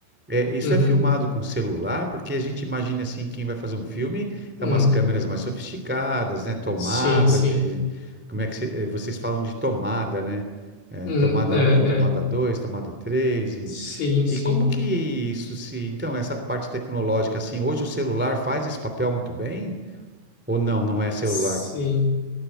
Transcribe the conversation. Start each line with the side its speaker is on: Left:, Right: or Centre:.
Centre: é, isso
Left: Uhum.
Centre: é filmado com celular, porque a gente imagina assim, quem vai fazer um filme é
Left: Uhum.
Centre: umas câmeras mais sofisticadas, né? Tomada
Left: Sim, sim.
Centre: de, como é que se- eh, vocês falam de tomada, né? É,
Left: Uhum.
Centre: tomada
Left: É,
Centre: um tomada
Left: é.
Centre: 2 tomada 3
Left: Sim,
Centre: e
Left: sim.
Centre: como que isso se. Então, essa parte tecnológica, assim, hoje o celular faz esse papel muito bem? Ou não, não é celular?
Left: Sim.